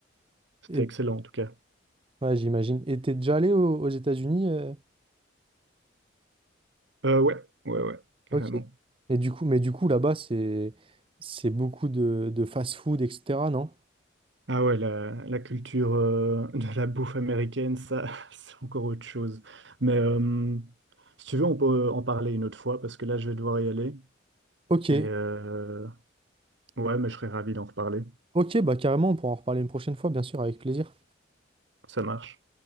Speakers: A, on the right; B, on the right.
A: C'était
B: Et,
A: excellent, en tout cas.
B: ouais, j'imagine. Et t'es déjà allé aux, aux États-Unis? euh
A: Euh, ouais, ouais, ouais, carrément.
B: Ok. Et du coup, mais du coup là-bas c'est c'est beaucoup de, de fast-food, etc. Non?
A: Ah ouais, la, la culture euh, de la bouffe américaine, ça, <laughs> c'est encore autre chose. Mais euh, si tu veux, on peut en parler une autre fois parce que là, je vais devoir y aller.
B: Ok.
A: Et euh, ouais, mais je serais ravi d'en reparler.
B: Ok, bah carrément, on pourra en reparler une prochaine fois, bien sûr, avec plaisir.
A: Ça marche.